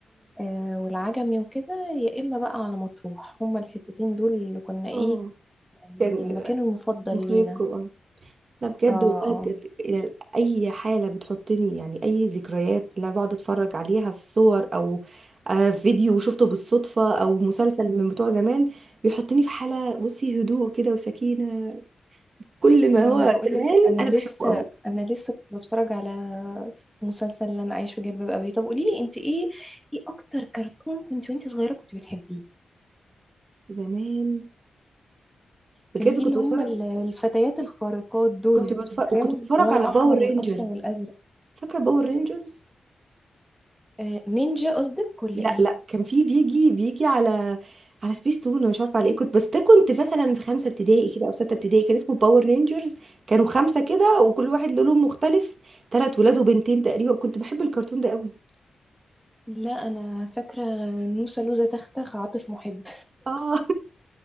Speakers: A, in the centre; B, on the right (about 45°).
A: آه، والعجمي وكده يا إما بقى على مطروح هما الحتتين دول اللي كنا ايه
B: اه
A: يعني
B: كان
A: المكان المفضل
B: مصايف
A: لينا
B: كده لا بجد
A: اه
B: والله
A: اه
B: بجد يعني اي حاله بتحطني يعني اي ذكريات اللي انا بقعد اتفرج عليها في صور او آه، فيديو شفته بالصدفه او مسلسل من بتوع زمان بيحطني في حاله بصي هدوء كده وسكينه كل ما
A: ما
B: هو
A: انا بقولك
B: زمان
A: انا
B: انا
A: لسه
B: بحبه قوي
A: انا لسه كنت بتفرج على مسلسل اللي انا عايش في جلباب ابي طب قوليلي انت ايه ايه اكتر كرتون كنت وانت صغيره كنت بتحبيه
B: زمان بجد
A: كان في
B: كنت
A: اللي هم
B: بتفرج
A: ال- الفتيات الخارقات دول
B: كنت بتفرج
A: فاكراهم
B: وكنت بتفرج
A: اللي هو
B: على
A: الأحمر
B: باور رينجر
A: والأصفر والأزرق
B: فاكره باور رينجرز
A: آه، نينجا قصدك ولا
B: لا
A: إيه؟
B: لا كان في بيجي بيجي على على سبيس تون انا مش عارفه على ايه كنت بس ده كنت مثلا في خمسه ابتدائي كده او سته ابتدائي كان اسمه باور رينجرز كانوا خمسه كده وكل واحد له لون مختلف ثلاث ولاد وبنتين تقريبا كنت بحب الكرتون ده قوي
A: لا أنا فاكرة نوسة لوزة تختخ عاطف محب
B: اه